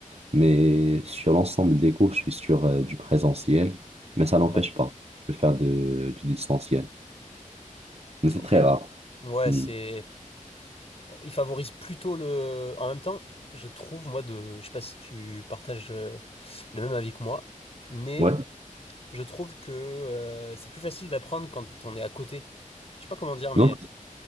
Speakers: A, on the right (about 50°); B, on the left (about 45°).
A: Mais sur l'ensemble des cours, je suis sur euh, du présentiel, mais ça n'empêche
B: ouais,
A: pas. Je peux faire de, du distanciel. Mais c'est
B: ok.
A: très rare.
B: Ouais,
A: Hmm.
B: c'est. Il favorise plutôt le. En même temps, je trouve, moi, de. Je sais pas si tu partages euh, le même avis que moi, mais
A: Ouais,
B: je trouve que euh, c'est plus facile d'apprendre quand on est à côté. Je sais pas comment dire, mais.
A: non?